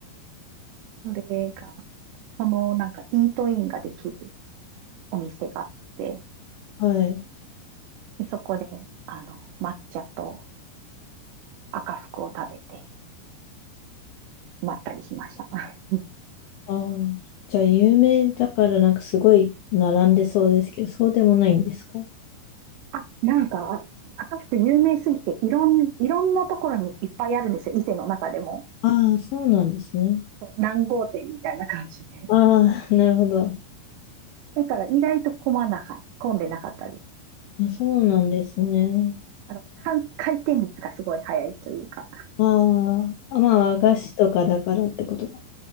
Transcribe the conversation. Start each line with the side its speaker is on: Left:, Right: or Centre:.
Right: それが、そのなんかイートインができるお店があって、
Left: はい。
Right: でそこで、あの、抹茶と赤福を食べて、まったりしました。<laughs>
Left: ああ、じゃあ有名だからなんかすごい並んでそうですけど、そうでもないんですか
Right: あ、なんか、赤福有名すぎて、いろん、いろんなところにいっぱいあるんですよ。伊勢の中でも。
Left: ああ、そうなんですね。
Right: そう何号店みたいな感じで。
Left: ああ、<laughs> なるほど。
Right: だから意外と混まなか、混んでなかったです。
Left: あ、そうなんですね。
Right: あの、かん回転率がすごい早いというか。
Left: ああ、あまあ、和菓子とかだからってことか。